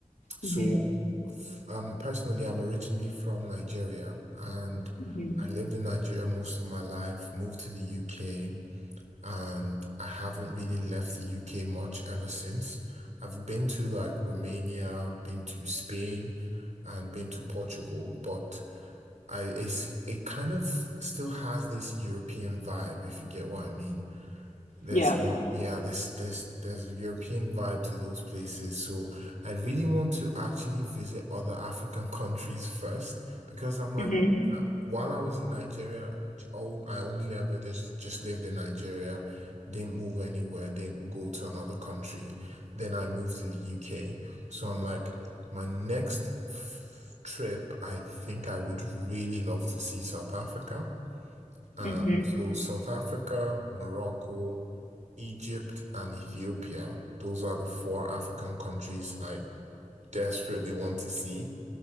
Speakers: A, on the right (about 65°); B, on the left (about 85°).
A: So,
B: hmm
A: f- um, personally, I'm originally from Nigeria and
B: hmm
A: I lived in Nigeria most of my life, moved to the UK, and I haven't really left the UK much ever since. I've been to like Romania, been to Spain, and been to Portugal, but I it's, it kind of still has this European vibe, if you get what I mean. There's
B: Yeah.
A: uh, yeah, there's there's there's a European vibe to those places. So I really want to actually visit other African <laughs> countries first because I'm like
B: hmm
A: uh, while I was in Nigeria, all I only ever just just lived in Nigeria, didn't move anywhere, didn't go to another country. Then I moved to the UK. So I'm like my next f- trip, I think I would really love to see South Africa. Um,
B: hmm
A: so South Africa, Morocco. Egypt and Ethiopia. Those are the four African countries I desperately want to see.